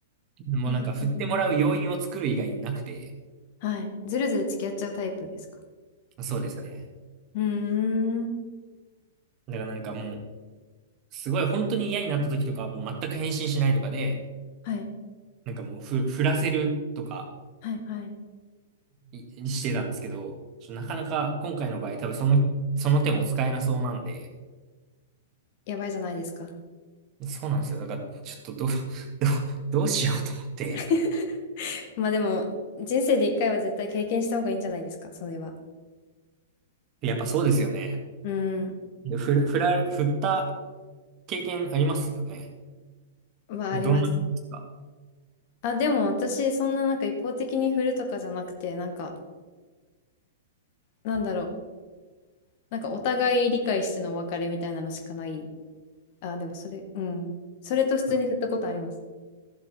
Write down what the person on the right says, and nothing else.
もうなんか振ってもらう要因を作る以外になくて、
そうですね。
だからなんかもう、すごい本当に嫌になった時とかはもう全く返信しないとかで、
なんかもうふ、振らせるとか
いしてたんですけど、ちょなかなか今回の場合多分その、その手も使えなそうなんで、
そうなんですよ。だからちょっとどう、どう、どうしようと思って。
やっぱそうですよね。
振ら、振ら、振った経験ありますよね。
どんな、
ですか
あ